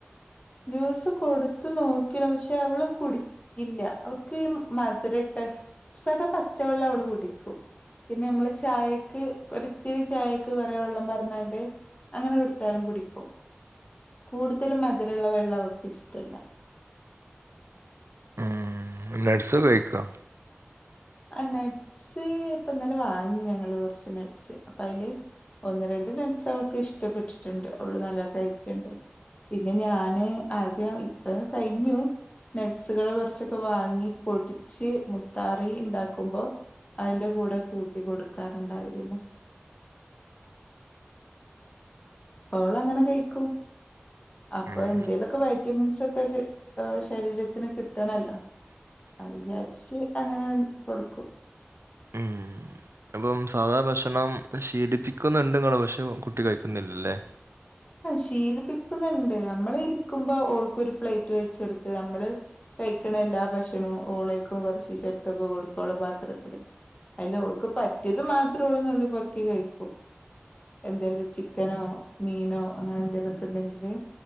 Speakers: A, on the left (about 30°); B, on the right (about 85°).
A: ജ്യൂസ് കൊടുത്തു നോക്കി പക്ഷെ അവള് കുടി ഇല്ല അവക്ക് ഈ മധുരട്ട സാധാ പച്ചവെള്ളം അവള് കുടിക്കും പിന്നെ നമ്മള് ചായക്ക് ഒരിത്തിരി ചായക്ക് കുറെ വെള്ളം പറന്നണ്ട് അങ്ങനെ കൊടുത്താലും കുടിക്കും കൂടുതലും മധുരമുള്ള വെള്ളം അവൾക്ക് ഇഷ്ടമല്ല
B: ഉം നട്സ് ഉപയോഗിക്കോ
A: ആ നെട്സ് ഇപ്പം ഇന്നലെ വാങ്ങി ഞങ്ങള് കൊറച്ച് നെട്സ് അപ്പൊ അതില് ഒന്ന് രണ്ട് നട്സ് അവൾക്ക് ഇഷ് ഇഷ്ട്ടപെട്ടിട്ടുണ്ട് അവള് നല്ല തയ്യ്ക്കണ്ട് പിന്നെ ഞാന് ആദ്യ ഇപ്പ കഴിഞ്ഞു നെട്സുകൾ കുറച്ചൊക്കെ വാങ്ങി പൊടിച്ച് മുത്താ ഈ ഇണ്ടാക്കുമ്പോ അതിന്റെ കൂടെ കൂട്ടി കൊടുക്കാറുണ്ടായിരുന്നു പ്പ അവള് അങ്ങനെ കഴിക്കും അപ്പോ
B: ഉം
A: എന്തേയിലൊക്കെ വൈറ്റമിൻസ് ഒക്കെ കിട്ട് ത് അവള ശരീരത്തിന് കിട്ടണല്ലോ അത് വിചാരിച്ച് അങ്ങനെ ഉം കൊടുക്കും
B: ഉം അപ്പം സാധാ ഭക്ഷണം ശീലിപ്പിക്കുന്നുണ്ട് നിങ്ങള് പക്ഷെ കുട്ടി കഴിക്കുന്നില്ലല്ലേ
A: അത് ശീലിപ്പിക്കുന്നുണ്ട് നമ്മള് ഇരിക്കുമ്പോ ഓൾക്കൊരു പ്ലേയിറ്റ് വെച്ച് കൊടുത്ത് നമ്മള് കഴിക്കണ എല്ലാ ഭക്ഷണവും ഓളേക് കുറച്ച് സെറ്റ്‌പ്പ് കൊടുക്കേണ പാത്രത്തില് അയില് ഓൾക്ക് പറ്റിയത് മാത്രം ഓള് നുള്ളി പറക്കി കഴിക്കും എന്തേലും ചിക്കനോ മീനോ അങ്ങനെ എന്തെലു ഒക്കെ ഉണ്ടങ്കില്